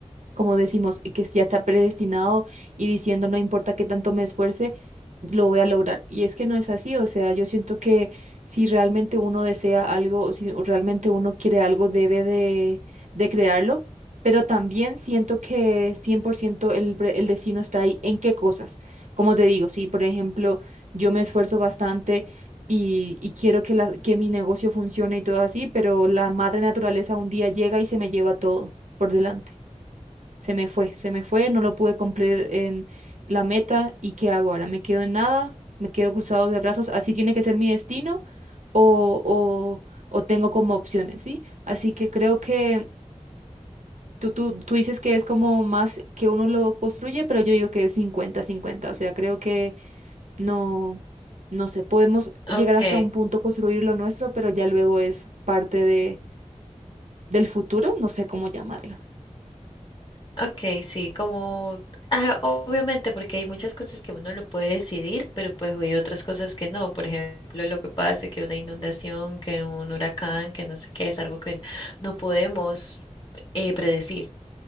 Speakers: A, on the right; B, on the left.
A: como decimos, que ya está predestinado y diciendo no importa qué tanto me esfuerce, lo voy a lograr. Y es que no es así, o sea, yo siento que si realmente uno desea algo o si realmente uno quiere algo, debe de, de crearlo, pero también siento que 100% el, pre- el destino está ahí. ¿En qué cosas? Como te digo, si por ejemplo yo me esfuerzo bastante. Y, y quiero que, la, que mi negocio funcione y todo así, pero la madre naturaleza un día llega y se me lleva todo por delante. Se me fue, se me fue, no lo pude cumplir en la meta y ¿qué hago ahora? ¿Me quedo en nada? ¿Me quedo cruzado de brazos? ¿Así tiene que ser mi destino? ¿O, o, o tengo como opciones, ¿sí? Así que creo que tú, tú, tú dices que es como más que uno lo construye, pero yo digo que es cincuenta cincuenta o sea, creo que no, no sé, podemos
B: Ok,
A: llegar hasta un punto, construir lo nuestro, pero ya luego es parte de, del futuro, no sé cómo llamarlo.
B: ok, sí, como, ah, obviamente, porque hay muchas cosas que uno lo puede decidir, pero pues hay otras cosas que no. Por ejemplo, lo que pasa, que una inundación, que un huracán, que no sé qué, es algo que no podemos eh, predecir.